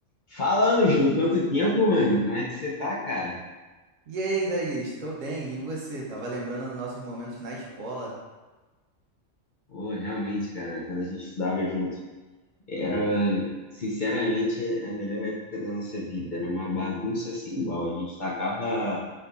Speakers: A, on the left (about 45°); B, on the right (about 80°).
A: Fala, Ângelo, quanto tempo, mano? Como é que você tá, cara?
B: E aí, Isaías, estou bem. E você? Tava lembrando dos nossos momentos na escola.
A: Pô, realmente, cara, quando a gente estudava junto, era, sinceramente, a melhor época da nossa vida. Era uma bagunça sem igual. A gente tacava,